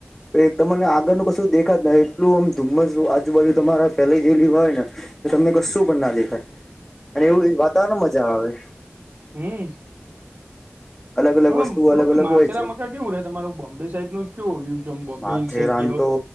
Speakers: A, on the left (about 15°); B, on the right (about 60°).
A: તો એક તમને આગળનું કશું દેખા જ નહી એટલું આમ ધુમ્મસ આજુબાજુ તમારા ફેલાઈ ગયેલી હોય ને તો તમને કશું પણ ના દેખાય અને એવું વાતાવરણમાં મજા આવે
B: હમ્મ.
A: અલગ અલગ
B: હવે આમ
A: વસ્તુ
B: ભાઈ
A: અલગ અલગ
B: માથેરા
A: હોય છે.
B: મકા કેવું રે તમારું બોમ્બે સાઈડ નું કેવું રયું બોમ્બે
A: માથેરાન
B: સાઈડ ગયા હોય
A: તો